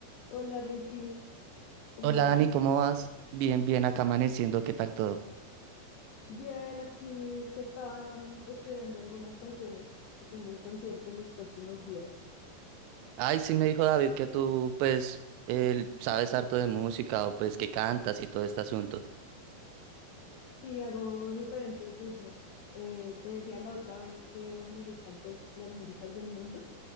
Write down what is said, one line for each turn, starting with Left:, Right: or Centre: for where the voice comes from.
Left: Hola Richie, ¿cómo
Right: Hola
Left: vas?
Right: Dani, ¿cómo vas? Bien, bien, acá amaneciendo, ¿qué tal todo?
Left: Bien, aquí que estaba mm, estudiando algunas canciones, que tengo un concierto en los próximos días.
Right: Ay, sí me dijo David que tú, pues, él sabes harto de música o pues que cantas y todo este asunto.
Left: Sí, hago diferentes ritmos. Eh, te decía la otra vez que me gustan pues las músicas del mundo